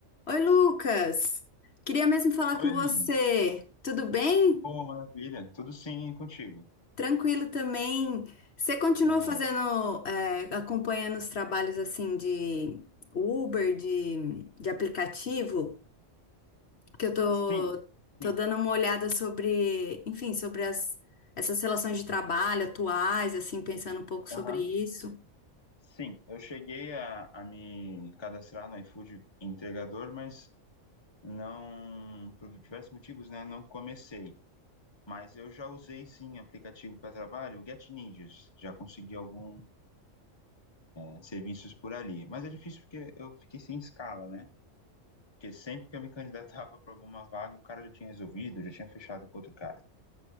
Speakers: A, on the left; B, on the left.
A: Oi, Lucas! Queria mesmo falar
B: Oi,
A: com você.
B: Aline.
A: Tudo bem?
B: Boa, maravilha. Tudo sim e contigo?
A: Tranquilo também. Você continua
B: Bom demais.
A: fazendo, é, acompanhando os trabalhos assim de Uber, de, de aplicativo? Que eu tô,
B: Sim, sim.
A: tô dando uma olhada sobre, enfim, sobre as, essas relações de trabalho atuais, assim, pensando um pouco
B: Aham.
A: sobre isso.
B: Sim, eu cheguei a, a me cadastrar no iFood entregador, mas não, por diversos motivos, né, não comecei. Mas eu já usei sim aplicativo para trabalho, o Get Ninjas. Já consegui alguns é, serviços por ali. Mas é difícil porque eu fiquei sem escala, né? Porque sempre que eu me candidatava para alguma vaga, o cara já tinha resolvido, já tinha fechado com outro cara.